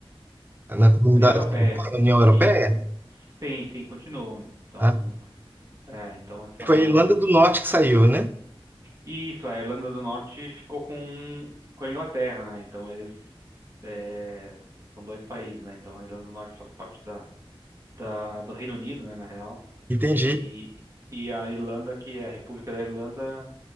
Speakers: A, on the right; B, on the right.
A: é, na comunidade
B: União Europeia.
A: europeia, União Europeia?
B: Isso. Sim, sim, continuou, né? Então,
A: Ah,
B: é, então essa,
A: foi a Irlanda
B: essa...
A: do Norte que saiu, né?
B: Isso, a Irlanda do Norte ficou com, com a Inglaterra, né? Então eles é, são dois países, né? Então a Irlanda do Norte faz parte da, da, do Reino Unido, né, na real.
A: Entendi.
B: E, e a Irlanda, que é a República da Irlanda,